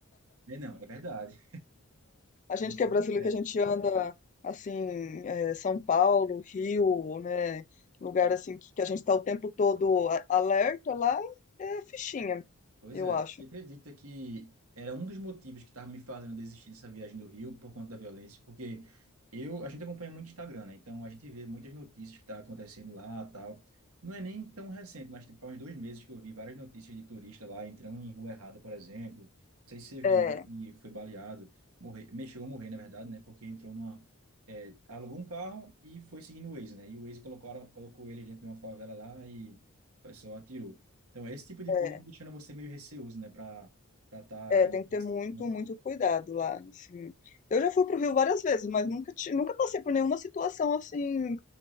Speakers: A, on the right (about 80°); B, on the left (about 35°).
A: É, não, é verdade.
B: A
A: Você
B: gente que é
A: está
B: brasileiro,
A: certo.
B: que a gente anda assim, é, São Paulo, Rio, né? Lugar assim que, que a gente tá o tempo todo a- alerta lá, é fichinha,
A: Pois
B: eu
A: é,
B: acho.
A: você acredita que era um dos motivos que estava me fazendo desistir dessa viagem do Rio por conta da violência? Porque eu, a gente acompanha muito o Instagram, né? Então a gente vê muitas notícias que tá acontecendo lá, tal. Não é nem tão recente, mas tipo, faz uns dois meses que eu vi várias notícias de turista lá entrando em rua errada, por exemplo. Não sei se você viu
B: É,
A: um que foi baleado, morreu, mexeu a morrer, na verdade, né? Porque entrou numa, é, alugou um carro e foi seguindo o Waze, né? E o Waze colocaram, colocou ele dentro de uma favela lá e o pessoal atirou. Então, esse tipo de
B: é,
A: coisa vai deixando você meio receoso, né, para para estar
B: é,
A: tá em
B: tem que ter muito,
A: no local.
B: muito cuidado lá, assim. Eu já fui pro Rio várias vezes, mas nunca, ti- nunca passei por nenhuma situação assim,